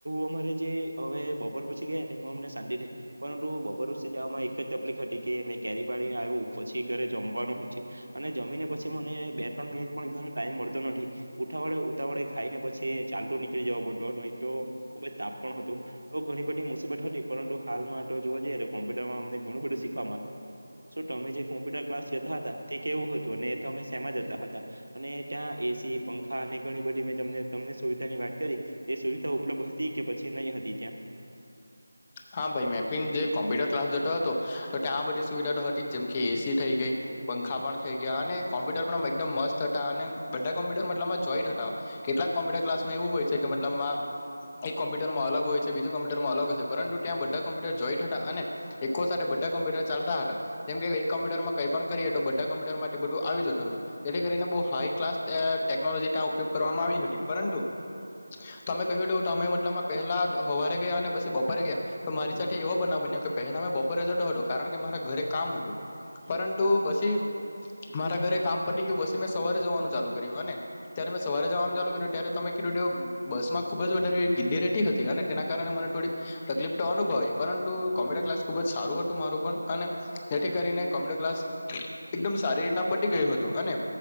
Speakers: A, on the right; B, on the left.
A: અમારે જે હવે બપોર પછી ગયા એમાં અમને શાંતિ થઈ પરંતુ બપોરથી જવામાં એક જ તકલીફ કે મેં કેરી પાડી આવ્યું પછી ઘરે જમવાનું હોય છે અને જમીને પછી મને બે ત્રણ મિનિટ પણને ટાઈમ મળતો નથી ઉઠા વડે ઉતા વળે ખાઈ ને પછી ચાલતો નીકળી જવો પો તો ખુબ જ તાપ પણ હતું તો ઘણી બધી મુસીબત હતી પરંતુ હાલમાં તો જોવા જઈએ તો કોમ્પુટરમાં અમને ઘણું બધું શીખ તમે જે કોમ્પ્યુટર ક્લાસ જતા હતા તે કેવું હતું અને એ તમે શેમાં જતા હતા અને ત્યાં એસી પંખા અને ઘણી બધી મે તમને સુવિધા ની વાત કરી તે સુવિધા ઉપલબ્ધ હતી કે પછી નહી હતી ત્યાં
B: હા ભાઈ મેપીન જે કોમ્પ્યુટર ક્લાસ જતો હતો ત્યાં બધી સુવિધા તો હતી જેમ કે એસી થઈ ગઈ પંખા પણ થઈ ગયા અને કોમ્પ્યુટર મ મસ્ત હતા અને બધા કોમ્પ્યુટરલ જો કેટલાક કોમપ્યુટર ક્લાસ માં એવું હોય છે કે મતલબમાં એક કોમ્પ્યુટરમાં અલગ હોય છે બીજું કોમ્પ્યુટરમાં અલગ હોય પરંતુ ત્યાં બધા કોમ્પ્યુટર જોઈટ હતા અને એકકો સાથે બધા કોમ્પ્યુટર ચાલતા હતા જેમ કે એક કોમ્પ્યુટરમાં કઈ પણ કરી તો બધા કમ્પ્યુટર માટે બધું આવી જતું હતું જેથી કરીને બહુ હાઈ ક્લાસ ટેક ટેકનોલોજી ત્યાં ઉપયોગ કરવામાં આવી હતી પરંતુ તમે કહ્યું હતું તમે મતલબ પહેલા હોવારે ગયા અને પછી બપોરે ગયા તો મારી સાથે એવો બનાવ બન્યો કે પહેલા મેં બપોરે જતો હતો કારણ કે મારા ઘરે કામ હતું પરંતુ પછી મારા ઘરે કામ પટી ગયું પછી મેં સવારે જવાનું ચાલુ કર્યું અને ત્યારે મેં સવારે જવાનું ચાલુ કર્યું ત્યારે તમે- બસ માં ખુબ જ વધારે ગીડી રેટી હતી અને તેના કારણે મને થોડીક કલીપ તો અનુભવી પરંતુ કોમ્પ્યુટરમાં ક્લાસ ખુબ જ સારું હતું મારું પણ અને જેથી કરીને કોમ્પ્યુટર ક્લાસ એકદમ સારી રીતના પટી ગયું હતું અને